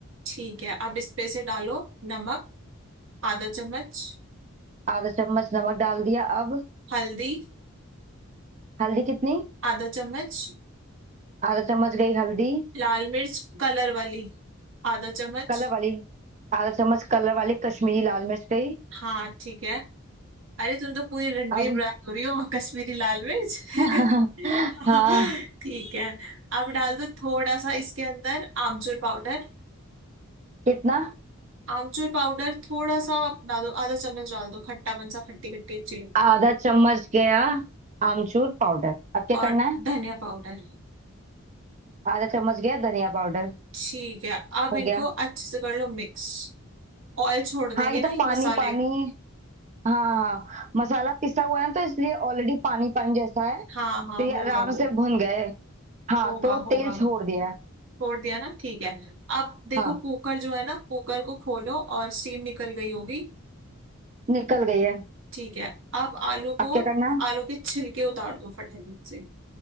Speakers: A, on the right; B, on the right.
A: ठीक है अब इस पे से डालो नमक आधा चम्मच
B: आधा चम्मच नमक डाल दिया अब
A: हल्दी
B: हल्दी कितनी
A: आधा चम्मच
B: आधा चम्मच गई हल्दी
A: लाल मिर्च कलर वाली आधा चम्मच
B: कलर वाली आधा चम्मच कलर वाली कश्मीरी लाल मिर्च गई
A: हाँ ठीक है अरे तुम तो पूरी रणवीर
B: अब
A: ब्रांड हो रही हो कश्मीरी लाल मिर्च <laughs>
B: <laughs> हाँ
A: ठीक है अब डाल दो थोड़ा सा इसके अंदर आमचूर पाउडर
B: कितना
A: आमचूर पाउडर थोड़ा सा आप डाल दो आधा चम्मच डाल दो खट्टापन सा खट्टी खट्टी अच्छी लगती
B: आधा चम्मच गया आमचूर पाउडर अब क्या
A: है और
B: करना है
A: धनिया पाउडर
B: आधा चम्मच गया धनिया पाउडर
A: ठीक है अब
B: हो
A: इनको
B: गया
A: अच्छे से कर लो मिक्स ऑयल छोड़ देंगे
B: हाँ ये
A: ना
B: तो
A: ये
B: पानी
A: मसाले
B: पानी हाँ हाँ मसाला पिसा हुआ है ना तो इसलिए ऑलरेडी पानी पानी जैसा है
A: हाँ हाँ
B: तो ये
A: होगा
B: आराम
A: वो
B: से भुन गए हाँ
A: होगा
B: तो
A: होगा
B: तेल छोड़ दिया है
A: छोड़ दिया ना ठीक है अब देखो
B: हाँ
A: कुकर जो है ना कुकर को खोलो और स्टीम निकल गई होगी
B: निकल गई है
A: ठीक है अब आलू
B: अब
A: को
B: क्या करना है
A: आलू के छिलके उतार दो फटाफट से